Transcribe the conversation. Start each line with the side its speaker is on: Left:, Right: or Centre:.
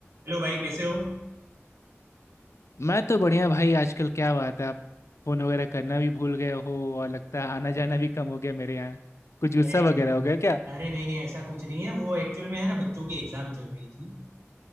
Right: हेलो भाई कैसे हो
Left: मैं तो बढ़िया भाई आजकल क्या बात है आप फोन वगैरह करना भी भूल गए हो और लगता है आना जाना भी कम हो गया मेरे यहाँ कुछ गुस्सा
Right: अरे नहीं
Left: वगैरह हो गया क्या
Right: अरे नहीं नहीं ऐसा कुछ नहीं है वो एक्चुअल में है ना बच्चों की एग्जाम चल रही थी